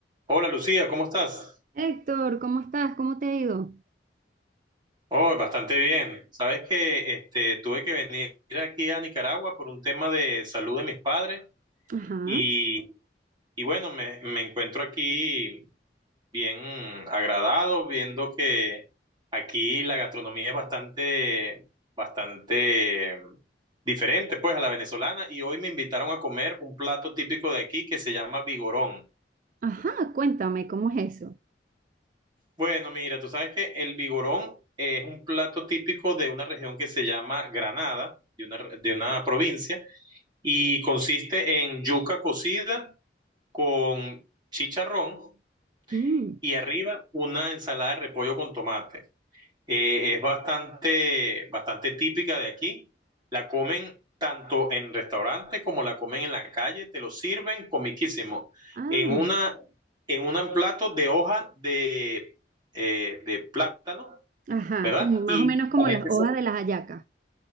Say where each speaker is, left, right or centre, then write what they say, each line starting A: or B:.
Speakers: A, on the right (about 25°); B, on the right (about 45°).
A: Hola Lucía, ¿cómo estás?
B: Héctor, ¿cómo estás? ¿Cómo te ha ido?
A: Oh, bastante bien. Sabes que este, tuve que venir aquí a Nicaragua por un tema de salud de mis padres
B: Ajá,
A: y, y bueno, me, me encuentro aquí bien agradado viendo que aquí la gastronomía es bastante, bastante diferente pues a la venezolana y hoy me invitaron a comer un plato típico de aquí que se llama vigorón.
B: ajá, cuéntame, ¿cómo es eso?
A: Bueno, mira, tú sabes que el vigorón es un plato típico de una región que se llama Granada, de una, de una provincia, y consiste en yuca cocida con chicharrón
B: Mm,
A: y arriba una ensalada de repollo con tomate. Eh, es bastante, bastante típica de aquí. La comen tanto en restaurantes como la comen en la calle. Te lo sirven comiquísimo.
B: ah,
A: En una, en un plato de hoja de, eh, de plátano,
B: ajá,
A: ¿verdad?
B: como más
A: Y
B: o menos como
A: la gente
B: las hojas
A: se-
B: de las hallacas.